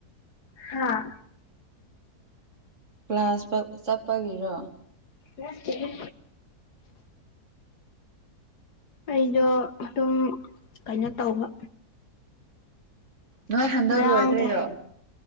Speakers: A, on the left; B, on the right.
A: ꯍꯥꯥ
B: ꯀ꯭ꯂꯥꯁ ꯕꯛ-ꯆꯠꯄꯒꯤꯔꯣ
A: ꯅꯠꯇꯦꯍꯦ ꯑꯩꯗꯣ ꯑꯗꯨꯝ ꯀꯩꯅꯣ ꯇꯧꯕ
B: ꯅꯣꯏ ꯍꯟꯗꯛ
A: ꯉꯔꯥꯡꯗꯣ
B: ꯂꯣꯏꯗꯣꯏꯔꯣ